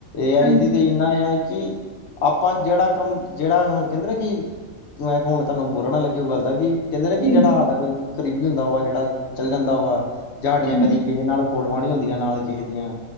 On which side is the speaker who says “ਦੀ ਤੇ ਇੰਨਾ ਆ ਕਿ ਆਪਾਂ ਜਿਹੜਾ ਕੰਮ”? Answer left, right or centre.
Left